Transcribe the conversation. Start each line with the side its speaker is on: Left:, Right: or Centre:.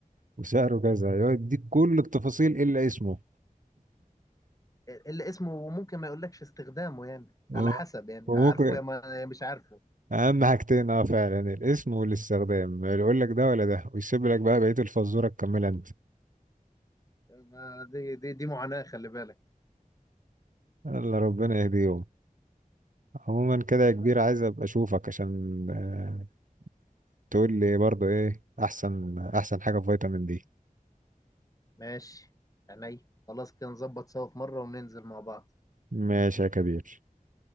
Right: وسعره كذا يقعد يديك كل التفاصيل الا اسمه
Left: اللي اسمه ممكن ما يقولكش استخدامه يعني على
Right: هو-
Left: حسب يعني
Right: وممكن
Left: عارفه يا ما يا مش عارفه
Right: اهم حاجتين اه فعلا الاسم والاستخدام يقول لك ده ولا ده ويسيب لك بقى بقية الفزورة تكملها انت
Left: ما دي دي دي معاناة خلي بالك
Right: يلا ربنا يهديهم عموما كده يا كبير عايز ابقى اشوفك عشان آه، تقول لي برضو ايه احسن احسن حاجة في فيتامين دي
Left: ماشي عينيا خلاص كده نظبط سوا في مرة وننزل مع بعض
Right: ماشي يا كبير